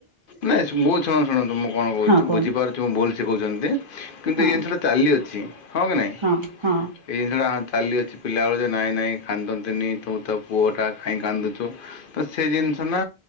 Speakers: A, on the left; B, on the right.
A: ନାଇଁ ବୁ ଶୁଣ ଶୁଣନ୍ତୁ ମୁଁ କଣ କହୁଛି
B: ହଁ କୁହନ୍ତୁ
A: ବୁଝିପାରୁ ତୁ ଭୁଲ ଶିକଉଛନ୍ତି କିନ୍ତୁ
B: ହଁ
A: ଏଇ ଜିନିଷ ଟା ଚାଲି ଅଛି ହଁ କି ନାଇଁ?
B: ହଁ ହଁ
A: ଏଇ ଜିନିଷଟା ଚାଲିଅଛି ପିଲାବେଳୁ ଯେ ନାଇଁ ନାଇଁ କାନ୍ଦନ୍ତିନି ତୁ ତ ପୁଅଟା କାଇଁ କାନ୍ଦୁଛୁ। ତ ସେ ଜିନିଷ ନା